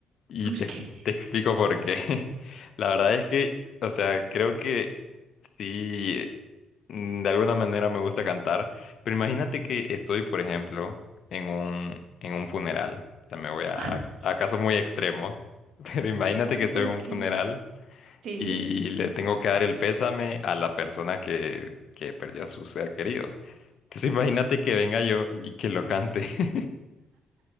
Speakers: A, on the left (about 60°); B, on the right (about 70°).
A: Y
B: ¿Por
A: te,
B: qué?
A: te explico por qué. <laughs> La verdad es que, o sea, creo que sí, mm, de alguna manera me gusta cantar. Pero imagínate que estoy, por ejemplo, en un, en un funeral. O sea, me voy a,
B: <laughs>
A: a casos muy extremos. <laughs> Pero imagínate que estoy
B: Ok,
A: en un funeral.
B: sí.
A: y le tengo que dar el pésame a la persona que, que perdió a su ser querido. Entonces <laughs> imagínate que venga yo y que lo cante. <laughs>